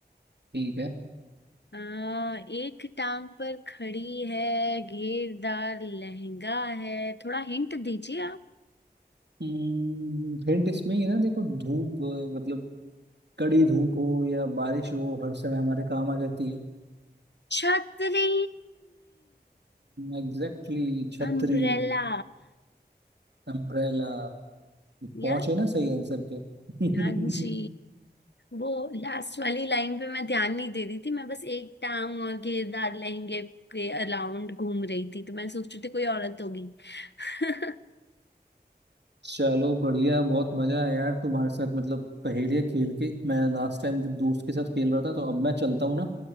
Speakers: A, on the right (about 75°); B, on the left (about 80°).
A: ठीक है
B: आ, एक टांग पर खड़ी है घेरदार लहंगा है थोड़ा हिंट दीजिए आप
A: हम्म, हिंट इसमें ही है ना देखो धूप अ, मतलब कड़ी धूप हो या बारिश हो हर समय हमारे काम आ जाती है
B: छतरी
A: एग्जैक्टली छतरी
B: अम्ब्रेला
A: अम्ब्रेला पहुंचे
B: यार
A: ना सही आंसर पे <laughs>
B: हाँ जी वो लास्ट वाली लाइन पे मैं ध्यान नहीं दे रही थी मैं बस एक टांग और घेरदार लहंगे के अराउंड घूम रही थी तो मैं सोच रही थी कोई औरत होगी <laughs>
A: चलो बढ़िया बहुत मजा आया यार तुम्हारे साथ मतलब पहेलियाँ खेल के मैं लास्ट टाइम जब दोस्त के साथ खेल रहा था तो अब मैं चलता हूँ ना